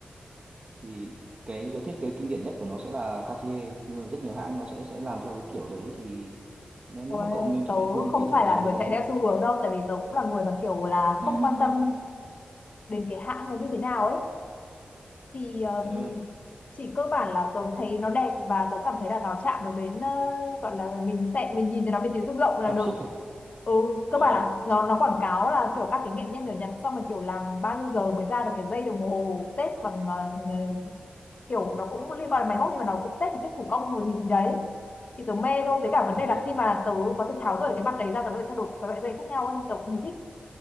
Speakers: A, on the right; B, on the left.
A: thì cái cái thiết kế kinh điển nhất của nó sẽ là Cartier nhưng mà rất nhiều hãng nó sẽ sẽ làm theo cái kiểu đấy thì nó nếu
B: Ôi,
A: mà cậu muốn thích
B: tớ
A: mặt vuông
B: không
A: thì thử
B: phải là
A: tìm hướng
B: người
A: đấy
B: chạy
A: xem
B: theo xu hướng đâu tại vì tớ cũng là người mà kiểu là
A: <laughs>
B: không quan tâm đến cái hãng nó như thế nào ấy thì um,
A: Ờ,
B: chỉ cơ bản là tôi thấy nó đẹp và tôi cảm thấy là nó chạm được đến ờ, gọi là mình sẽ mình nhìn thấy nó mình thấy rung động là
A: cảm
B: được
A: xúc à
B: ừ cơ
A: Ờ,
B: bản là nó nó quảng cáo là kiểu các cái nghệ nhân ở Nhật xong rồi kiểu làm bao nhiêu giờ mới ra được cái dây đồng hồ Tết bằng ờ, ờ, kiểu nó cũng liên quan đến máy móc nhưng mà nó cũng Tết một cách thủ công một gì gì đấy thì tớ mê thôi với cả vấn
A: ờ.
B: đề là khi mà tớ có thể tháo rời cái mặt đấy ra tớ có thể thay đổi các loại dây khác nhau ấy. tớ cũng thấy thích